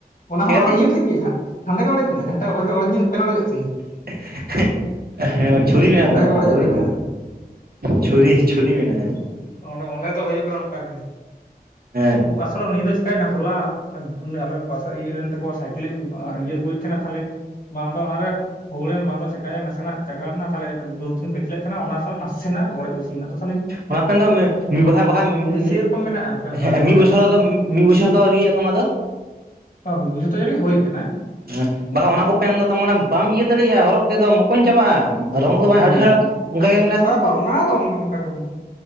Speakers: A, on the left; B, on the right.
A: ᱚᱱᱟ
B: ᱪᱤᱠᱟᱹᱛᱮ
A: ᱦᱚᱸ ᱤᱭᱟᱹ ᱴᱷᱮᱜ ᱜᱮ ᱦᱟᱸᱜ ᱦᱟᱸᱰᱮ ᱜᱮ ᱚᱲᱮᱡ ᱱᱟ ᱡᱟᱦ ᱚᱲᱮᱧᱟᱹᱜ ᱯᱮ ᱚᱲᱮᱡᱚᱜ ᱛᱤᱧ
B: <unintelligible> ᱦᱮᱸ ᱪᱷᱩᱨᱤ ᱢᱮᱱᱟᱜ
A: ᱚᱸᱰᱮ
B: ᱛᱟᱢᱟ
A: ᱜᱮ
B: ᱚᱱᱟ
A: ᱚᱲᱮᱡ
B: ᱫᱚ
A: ᱟᱠᱟᱱᱟ
B: ᱵᱩᱡᱽ ᱫᱟᱢ ᱪᱷᱩᱨᱤ ᱪᱷᱩᱨᱤ ᱢᱮᱱᱟᱜᱼᱟ᱾
A: ᱚᱱᱮ ᱢᱚᱱᱮ ᱛᱚ ᱦᱩᱭᱩᱜ ᱠᱟᱱᱟ ᱚᱱᱠᱟ ᱜᱮ
B: ᱦᱮᱸ
A: ᱟᱥᱚᱞᱚ ᱱᱤᱭᱟᱹ ᱫᱚ ᱪᱤᱠᱟᱹᱭᱮᱱᱟ ᱦᱚᱞᱟ <unintelligible> ᱩᱱᱤ ᱟᱞᱮ ᱨᱮᱱ ᱯᱟᱥᱮ ᱤᱭᱟᱹ ᱨᱮᱱ ᱛᱟᱠᱚᱣᱟ ᱥᱟᱭᱠᱮᱞᱤᱧ ᱟ ᱤᱭᱟᱹ ᱟᱹᱜᱩᱭᱮᱫ ᱛᱟᱦᱮᱱᱟ ᱛᱟᱦᱞᱮ ᱵᱟᱝ ᱫᱚ ᱚᱱᱟᱨᱮ ᱦᱩᱲᱮᱱ ᱵᱟᱝ ᱫᱚ ᱪᱮᱠᱟᱭᱮᱱ ᱱᱟᱥᱮᱱᱟᱜ ᱪᱟᱜᱟᱲᱱᱟ ᱛᱟᱦᱚᱞᱮ ᱡᱩᱨ ᱛᱤᱧ ᱯᱟᱹᱪᱷᱞᱟᱹᱭᱮᱫ ᱛᱟᱦᱮᱱᱟ ᱚᱱᱟ ᱛᱟᱦᱚᱞᱮ ᱱᱟᱥᱮᱱᱟᱜ ᱚᱲᱮᱡ ᱵᱮᱥᱤᱭᱮᱱᱟ ᱟᱫᱚ ᱛᱟᱦᱞᱚᱞᱮᱧ
B: ᱚᱱᱟ ᱯᱮᱱ ᱫᱚ ᱢᱤᱫ ᱵᱟᱦᱟ ᱵᱟᱦᱟ ᱢᱮ ᱢᱮ
A: ᱥᱮᱨᱚᱠᱚᱢ ᱢᱮᱱᱟᱜᱼᱟ ᱯᱮᱱ ᱫᱚ
B: ᱦᱮᱸ
A: ᱟᱹᱰᱤ
B: ᱢᱤᱫ
A: ᱵᱟᱛᱟᱨ
B: ᱵᱚᱪᱷᱚᱨ ᱢᱤᱫ ᱵᱚᱪᱷᱚᱨ ᱫᱚ ᱟᱹᱣᱨᱤᱭᱟ ᱛᱟᱢᱟ ᱚᱫᱚ <inaudible>
A: ᱟᱸ ᱡᱚᱛᱚ ᱡᱟᱹᱱᱤᱡ ᱦᱩᱭ ᱠᱟᱱᱟ᱾
B: ᱦᱮᱸ ᱵᱟᱦᱟᱸ ᱚᱱᱟ ᱠᱚ ᱯᱮᱱ ᱫᱚ ᱛᱟᱢ ᱢᱟᱱᱮᱢ ᱵᱟᱢ ᱤᱭᱟᱹ ᱫᱟᱲᱮᱭᱟᱜᱼᱟ ᱦᱚᱨᱚᱜ ᱛᱮᱫᱚᱢ ᱢᱚᱠᱚᱧ ᱪᱟᱵᱟᱜᱼᱟᱢ ᱨᱚᱝ ᱠᱚᱫᱚ ᱵᱟᱸᱭ
A: ᱦᱮᱸ
B: ᱟᱹᱰᱤ ᱡᱷᱟᱲᱟ ᱟᱛᱚ ᱚᱱᱠᱟ ᱜᱮ ᱢᱮᱱᱟᱜ-ᱟ
A: ᱵᱟ
B: ᱥᱮ?
A: ᱵᱟ ᱚᱱᱟ ᱫᱚ ᱚᱱᱮ ᱚᱱᱠᱟ ᱜᱮ ᱢᱮᱱᱟᱜ-ᱟ᱾